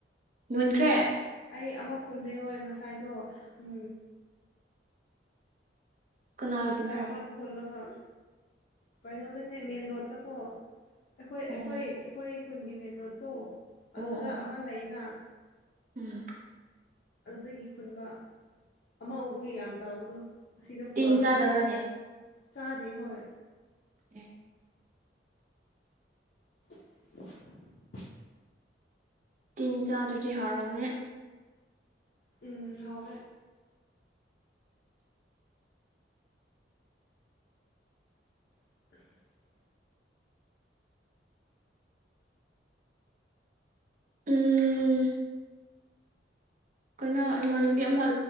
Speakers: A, on the right; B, on the left.
A: ꯃꯨꯟꯈ꯭ꯔꯦ
B: ꯑꯩ ꯑꯃ ꯈꯨꯜꯂꯦ ꯍꯣꯏ ꯉꯁꯥꯏꯗꯣ ꯎ
A: ꯀꯅꯥꯒꯤꯅꯣ
B: ꯉꯁꯥꯏ ꯑꯃ ꯈꯣꯜꯂꯒ ꯀꯩꯅꯅꯧꯗꯅꯦ ꯃꯦꯟꯦꯟ ꯔꯣꯗꯇ ꯀꯣ ꯑꯩꯈꯣꯏ
A: ꯑꯣ
B: ꯑꯩꯈꯣꯏ ꯑꯩꯈꯣꯏ ꯈꯨꯟꯒꯤ ꯃꯦꯟ ꯔꯣꯗꯠꯇꯣ
A: ꯑꯣ
B: ꯑꯗꯨꯗ
A: ꯑꯣ ꯑꯣ
B: ꯑꯃ ꯂꯩꯅ
A: ꯎꯝ
B: ꯑꯗꯨꯗꯒꯤ ꯈꯨꯟꯕ ꯑꯃ ꯎꯕꯒꯤ ꯌꯥꯝ ꯆꯥꯎꯕꯗꯣ ꯑꯁꯤꯗ ꯄꯨꯔꯛꯑꯒ
A: ꯇꯤꯟ ꯆꯥꯗꯕ꯭ꯔꯥꯅꯦ
B: ꯆꯥꯗꯦ ꯍꯣꯏ
A: ꯑꯦ
B: <inaudible>
A: ꯇꯤꯟ ꯆꯥ ꯆꯇꯤ ꯍꯔꯥꯎꯅꯤ
B: ꯎꯝ ꯍꯋꯦ <inaudible>
A: ꯎꯝ ꯀꯩꯅꯣ ꯏꯃꯥꯟꯕꯤ ꯑꯃ